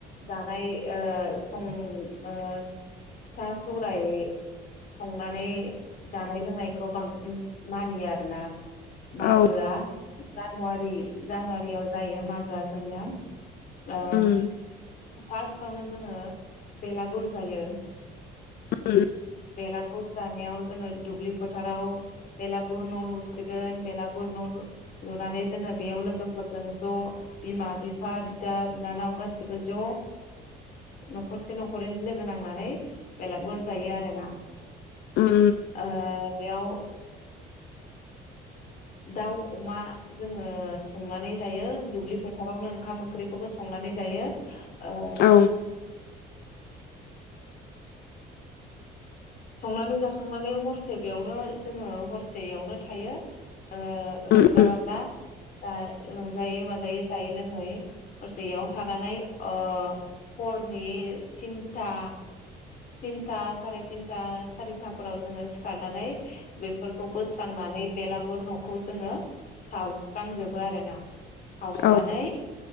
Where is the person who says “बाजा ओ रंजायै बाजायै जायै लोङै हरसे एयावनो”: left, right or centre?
Left